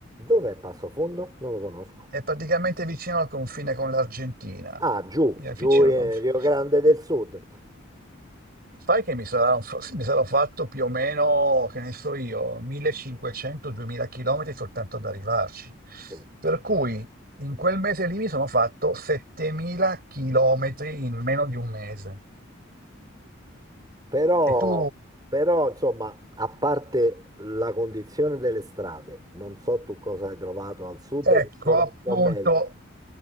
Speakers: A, on the right; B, on the right.
A: Dov'è Passo Fondo? Non lo conosco.
B: È praticamente vicino al confine con l'Argentina.
A: Ah, giù,
B: È
A: giù
B: vicino
A: in
B: al confine.
A: Rio Grande del Sud.
B: Sai che mi sarà- mi sarò fatto più o meno, che ne so io, 1500-2000 km soltanto ad arrivarci.
A: Sì.
B: Per cui in quel mese lì mi sono fatto 7000 km in meno di un mese.
A: Però,
B: E tu,
A: però, insomma, a parte la condizione delle strade, non so tu cosa hai trovato al sud
B: ecco
A: che sono
B: appunto,
A: un po' meglio,